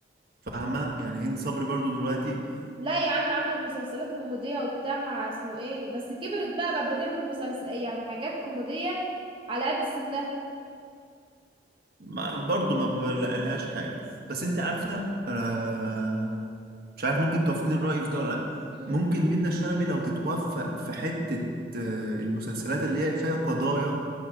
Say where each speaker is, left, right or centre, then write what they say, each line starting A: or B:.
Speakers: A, on the right (about 55°); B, on the right (about 30°).
A: فاهمة يعني هند صبري برضو دلوقتي
B: لا يا عم عاملة مسلسلات كوميدية وبتاع مع اسمه ايه بس كبرت بقى بقى بتعمل مسلسل يعني حاجات كوميدية على قد سنها
A: ما برضو ما بلاقيلهاش حاجة بس انت عارفة آه مش عارف ممكن توافقين الرأي في ده ولا لأ
B: مم.
A: ممكن منة شلبي لو تتوفق في حتة آه المسلسلات اللي هي فيها قضايا